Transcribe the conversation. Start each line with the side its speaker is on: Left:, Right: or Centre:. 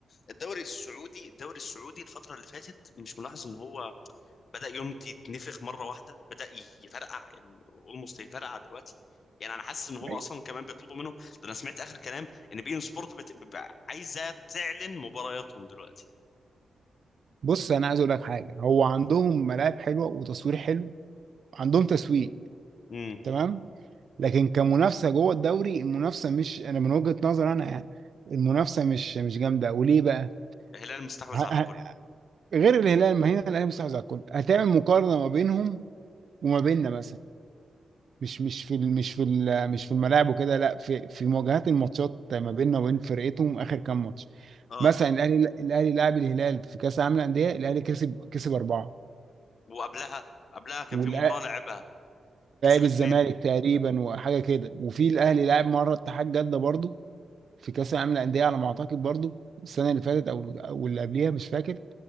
Left: الدوري السعودي الدوري السعودي الفتره اللي فاتت مش ملاحظ ان هو بدأ يونج يتنفخ مرة واحدة بدأ يفرقع يعني اولموست يفرقع دلوقتي يعني انا حاسس ان هو
Right: أيوة.
Left: اصلا كمان بيطلبوا منه ده انا سمعت اخر كلام ان بين سبورت بت... ب... ب- عايزة تعلن مبارياتهم دلوقتي
Right: بص انا عايز اقول لك حاجه هو عندهم ملاعب حلوه وتصوير حلو عندهم تسويق
Left: امم
Right: تمام لكن كمنافسه جوه الدوري المنافسه مش انا من وجهه نظر انا يعني المنافسه مش مش جامده وليه بقى
Left: الهلال مستحوذ
Right: ه...
Left: على
Right: ه...
Left: الكل
Right: غير الهلال ما هنا الاهلي مستحوذ على الكل هتعمل مقارنه ما بينهم وما بيننا مثلا مش مش في ال- مش في ال- مش في الملاعب وكده لا في في مواجهات الماتشات ما بيننا وبين فرقتهم اخر كام ماتش
Left: اه
Right: مثلا الاهلي الاهلي لعب الهلال في كاس العالم للانديه الاهلي كسب كسب اربعه
Left: وقبلها قبلها كان
Right: ولعب
Left: في مباراة لعبها كسب اتنين
Right: الزمالك تقريبا وحاجه كده وفي الاهلي لعب مره اتحاد جده برضو في كاس العالم للانديه على ما اعتقد برضو السنه اللي فاتت او او اللي قبليها مش فاكر